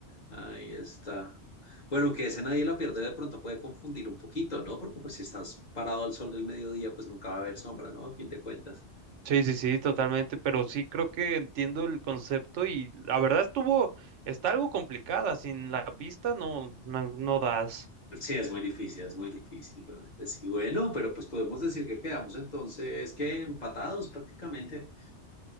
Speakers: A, on the left (about 35°); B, on the right (about 80°).
A: Ahí está. Bueno, aunque ese nadie la pierde, de pronto puede confundir un poquito, ¿no? Porque pues si estás parado al sol del mediodía, pues nunca va a haber sombra, ¿no? A fin de cuentas.
B: Sí, sí, sí, totalmente, pero sí creo que entiendo el concepto y la verdad estuvo, está algo complicada, sin la pista no, no, no das.
A: Sí, es muy difícil, es muy difícil, realmente. Sí, bueno, pero pues podemos decir que quedamos entonces que empatados prácticamente.